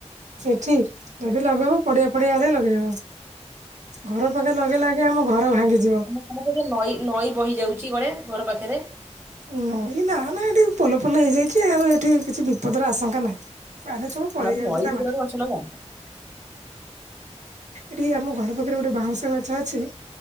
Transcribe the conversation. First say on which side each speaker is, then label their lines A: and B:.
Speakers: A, on the right; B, on the right.
A: ଏଠି ଯଦି ଲଗେଇବ ପଡ଼ିଆ ପଡି଼ଆ ଆଡ଼େ ଲଗେଇବ। ଘର ପାଖେ ଲଗେଇ ଲାଗେଇ ଆମ ଘର ଭାଙ୍ଗିଯିବ।
B: ଆମ ପଟେ ନଈ ନଈ ବହି ଯାଉଚି ଗୋଟେ ଘର ପାଖେରେ।
A: ଉଁ ନଈ ନା ନା ଏଠି ପୋଲ ଫୋଲ ହେଇଯାଇଚି ଆଉ ଏଠି କିଛି ବିପଦର ଆଶଙ୍କା ନାହିଁ। ପାଣି ସବୁ ପଳେଇ
B: ନହେଲେ
A: ଯାଉଚି
B: ନଈ
A: ତା
B: ଭିତରେ
A: ବା
B: ଗୋଟେ ଗଛ ଲଗା
A: ଏଠି ଆମ ଘର ପାଖରେ ଗୋଟେ ବାଉଁଶ ଗଛ ଅଛି